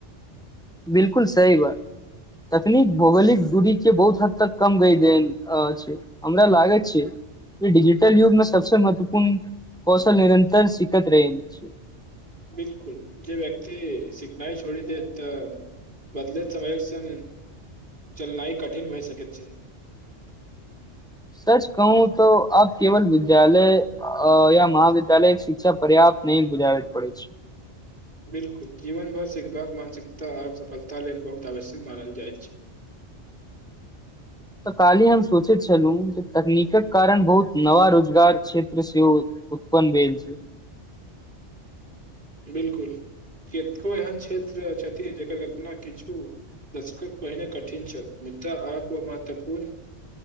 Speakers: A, in the centre; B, on the right.
A: बिलकुल सही बात तकनीक भौगोलिक दूरी के बहुत हद तक कम गय दे छै हमरा लागैत छै जे डिजिटल युगमे सबसे महत्वपूर्ण कौशल निरन्तर सखैत रह छै।
B: बिलकुल जे व्यक्त सिखनाइ छोड़ दे तऽ बदल समयक स चलनाइ कठिन होइ सक छै।
A: सच कहू त आ केवल विद्यालय या महाविद्यालय शिक्षा पर्याप्त नह बुझाबैके पड़े छै।
B: बिलकुल जीवन भर सिखबाक मानसिकता आओर सफलता लेल बहुत आवश्यक मानल जाइत छै।
A: तऽ काल्हि हम सोचैत छलहुँ जे तकनीकक कारण बहुत नवा रोजगार क्षेत्र सेहो उत्पन्न भेल छै।
B: बिलकुल कतको एहन क्षेत्र छथिन जकर कल्पना किछु दशकक पहिने कठिन छल मुद्दा आप ओ महत्वपूर्ण